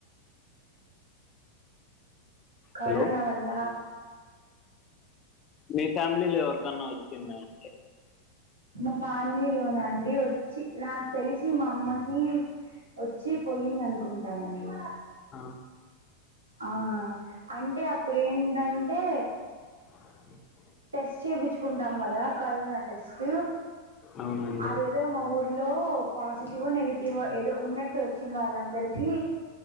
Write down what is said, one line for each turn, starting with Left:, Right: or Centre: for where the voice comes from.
Right: కరోనా
Left: హలో
Right: వల్ల
Left: మీ ఫ్యామిలీలో ఎవరికన్నా వచ్చిందా అండి
Right: మా ఫ్యామిలీ లోనా అండి వచ్చి నాకు తెలిసి మా అమ్మకి వచ్చి పోయిందనుకుంటానండి
Left: ఆ
Right: ఆ అంటే అప్పుడు ఏంటంటే
Left: <inaudible>
Right: టెస్ట్ చేయించుకుంటాం కదా కరోనా టెస్ట్
Left: అవునండి
Right: అదేదో మా ఊరు లో పాజిటివో నెగిటివో ఏదో ఉన్నట్టు వచ్చింది వాళ్ళందరికి